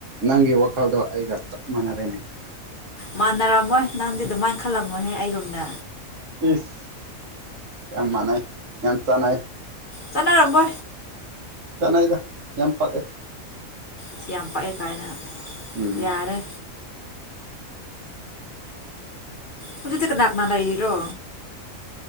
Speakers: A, on the right; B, on the left.
A: ꯅꯪ ꯏ ꯋꯥ ꯀꯥꯜꯗꯣ ꯑꯩꯒꯞ ꯃꯅꯔꯦꯅꯦ
B: ꯃꯥꯟꯅꯔꯝꯃꯣꯏ ꯅꯪꯗꯤ ꯑꯗꯨꯃꯥꯏꯅ ꯈꯜꯂꯝꯃꯣꯏꯍ ꯑꯩꯒꯨꯝꯅ
A: ꯏꯁ ꯌꯥꯝ ꯃꯥꯟꯅꯩ ꯌꯥꯝ ꯆꯥꯅ
B: ꯆꯅꯥ ꯔꯝꯕ
A: ꯆꯥꯟꯅꯗ ꯌꯥꯝꯝ ꯄꯥꯛꯦ
B: ꯁꯤ ꯌꯥꯝ ꯄꯛꯑꯦ ꯀꯥꯏꯅ
A: ꯎꯝ
B: ꯌꯥꯔꯦ ꯍꯧꯖꯤꯗꯤ ꯀꯅꯥ ꯀꯅꯥ ꯂꯩꯔꯣ